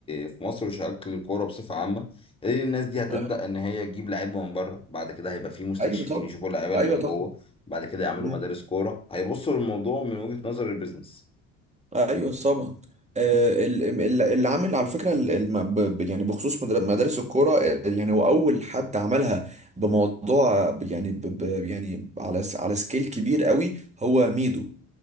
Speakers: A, on the left; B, on the right.
A: في مصر وشكل الكوره بصفه عامه لان الناس دي هتبدا
B: آه.
A: ان هي تجيب لعيبه من بره بعد كده هيبقى في مستكشفين
B: ايوه طبعا
A: يشوفوا اللعيبه اللي
B: ايوه
A: من
B: طبعا
A: جوه بعد كده يعملوا
B: امم
A: مدارس كوره هيبصوا للموضوع من وجهه نظر البيزنس
B: ايوه طبعا آه، ال- ال- اللي عامل على فكره ال- الم- ب- ب- يعني بخصوص مدر- مدارس الكوره آه، يعني هو اول حد عملها بموضوع آه، يعني ب- ب- يعني على س- على سكيل كبير قوي هو ميدو